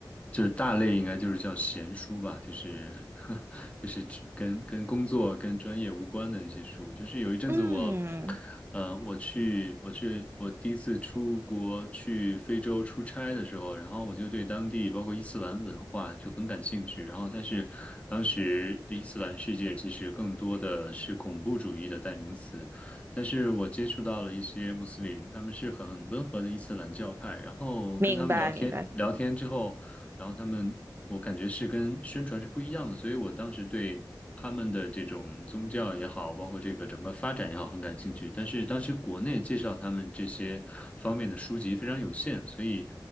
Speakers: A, on the left; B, on the right.
A: 就是大类应该就是叫闲书吧，就是 <laughs> 就是只跟跟工作跟专业无关的那些书。就是有一阵子我，
B: 嗯，
A: 呃，我去我去我第一次出国去非洲出差的时候，然后我就对当地包括伊斯兰文化就很感兴趣。然后但是当时伊斯兰世界其实更多的是恐怖主义的代名词，但是我接触到了一些穆斯林，他们是很温和的伊斯兰教派，然后跟他们聊天聊天之后。
B: 明白明白。
A: 然后他们，我感觉是跟宣传是不一样的，所以我当时对他们的这种宗教也好，包括这个整个发展也好，很感兴趣。但是当时国内介绍他们这些方面的书籍非常有限，所以